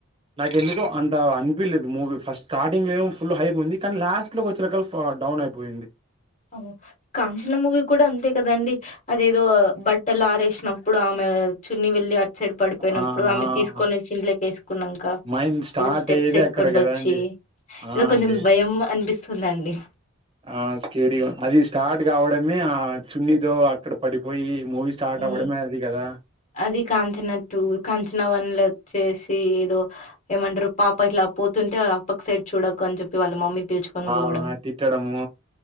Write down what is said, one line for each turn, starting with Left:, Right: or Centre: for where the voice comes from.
Right: నాకి ఎందుకో అంత అనిపలేదు మూవీ ఫస్ట్ స్టార్టింగ్లో ఏమో ఫుల్ హైపుంది కానీ లాస్ట్లోకి వచ్చే కళ్ళ డౌన్ అయిపోయింది
Left: అవు కాంచనా మూవీ కూడా అంతే కదండి అదేదో బట్టలు ఆరేసినప్పుడు ఆమె చున్ని వెళ్లి సైడ్ పడిపోయినప్పుడు
Right: ఆ!
Left: ఆమె
Right: ఆ!
Left: తీసుకొనిచి ఇంట్లోకేసుకున్నాక
Right: మైండ్ స్టార్ట్
Left: ఏదో స్టెప్స్
Right: అయ్యేదే
Left: ఎక్కుంటోచ్చి
Right: అక్కడ కదండీ! ఆ!
Left: ఏదో
Right: అండి.
Left: కొంచెం భయం అనిపిస్తు ఉదండి
Right: ఆ స్టేడియం అది స్టార్ట్ కావడమే ఆ చున్నీతో అక్కడ పడిపోయి మూవీ స్టార్ట్
Left: ఉ
Right: అవ్వడమే అది కదా!
Left: అది కాంచన టు కాంచనా వన్ లో వచ్చేసి ఏదో ఏమంటారు పాప ఇట్లా పోతుంటే ఆ పక్క సైడ్ చూడకు అని చెప్పి వాళ్ళ మమ్మీ పిలుచుకొని
Right: ఆ
Left: పోవడం.
Right: తిట్టడము